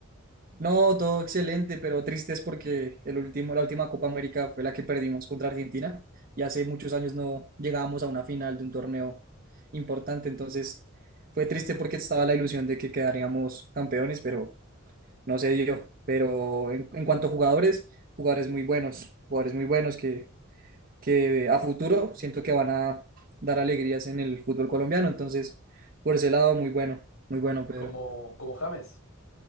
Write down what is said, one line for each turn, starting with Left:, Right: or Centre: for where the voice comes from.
Right: No, todo excelente, pero triste es porque el último, la última Copa América fue la que perdimos contra Argentina y hace muchos años no llegábamos a una final de un torneo importante, entonces fue
Left: ¿Verdad?
Right: triste porque estaba la ilusión de que quedaríamos campeones, pero no se dio. Pero en, en cuanto a jugadores, jugadores muy buenos, jugadores muy buenos que que a futuro siento que van a dar alegrías en el fútbol colombiano. Entonces, por ese lado, muy bueno, muy bueno, Pedro.
Left: Como, como James.